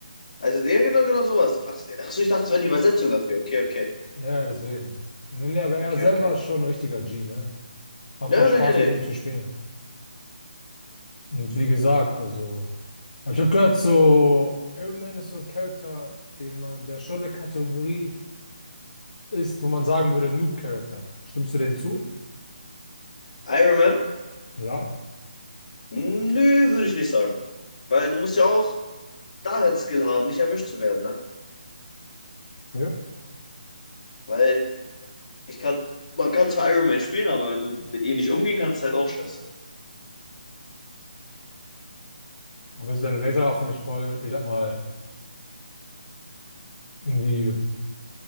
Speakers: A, on the left; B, on the left.
A: Also, ja, genau, genau sowas. Ach, ach so, ich dachte, es wäre die Übersetzung dafür. Okay, okay.
B: Ja, deswegen. Nee, nee, aber er
A: Okay,
B: selber
A: okay.
B: ist schon ein richtiger G, ne? Macht
A: Ja,
B: auch Spaß,
A: nee, nee.
B: mit ihm zu spielen. Und wie gesagt, also, aber ich habe gehört, so Iron Man ist so ein Charakter, den man, der schon eine Kategorie ist, wo man sagen würde, Noob-Charakter. Stimmst du dem zu?
A: Iron Man.
B: Ja.
A: Nö, würde ich nicht sagen. Weil du musst ja auch darin Skill haben, nicht erwischt zu werden, ne?
B: Ja.
A: Weil ich kann, man kann zwar Iron Man spielen, aber wenn du mit ihm nicht umgehen kannst, ist halt auch scheiße.
B: Aber seine Laserwaffe nicht voll, ich sag mal, irgendwie